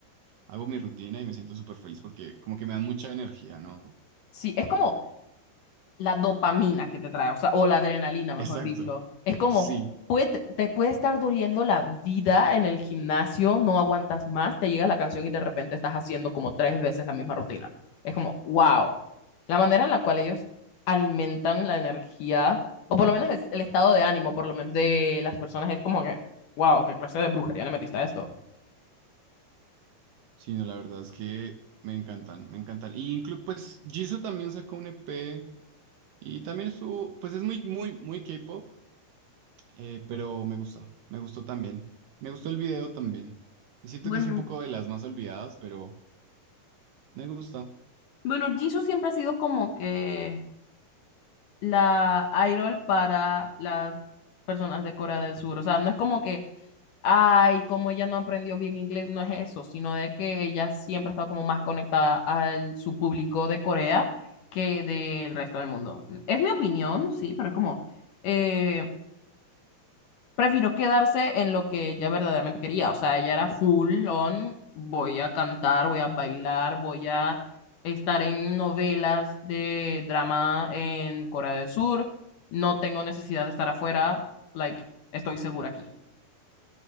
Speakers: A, on the right (about 70°); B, on the left (about 65°).
A: hago mi rutina y me siento súper feliz porque como que me dan mucha energía, ¿no?
B: Sí, es como, la dopamina que te trae, o sea, o la adrenalina, mejor
A: Exacto,
B: dicho. Es como,
A: sí,
B: puede, te puede estar doliendo la vida en el gimnasio, no aguantas más, te llega la canción y de repente estás haciendo como tres veces la misma rutina. Es como, wow. La manera en la cual ellos alimentan la energía, o por lo menos el, el estado de ánimo, por lo menos de las personas, es como que, wow, qué clase de brujería le metiste a esto.
A: sí, no, la verdad es que me encantan, me encantan. Y incluso, pues, Jisoo también sacó un EP y también estuvo, pues es muy, muy, muy K-pop, eh, pero me gusta, me gustó también. Me gustó el video también. Y siento
B: Bueno,
A: que es un poco de las más olvidadas, pero me gusta.
B: bueno, Jisoo siempre ha sido como que la idol para las personas de Corea del Sur. O sea, no es como que, ay, como ella no aprendió bien inglés, no es eso, sino de que ella siempre ha estado como más conectada a su público de Corea que del resto del mundo. Es mi opinión, sí, pero es como, eh, prefirió quedarse en lo que ella verdaderamente quería. O sea, ella era full on, voy a cantar, voy a bailar, voy a estar en novelas de drama en Corea del Sur. No tengo necesidad de estar afuera, like, estoy segura aquí.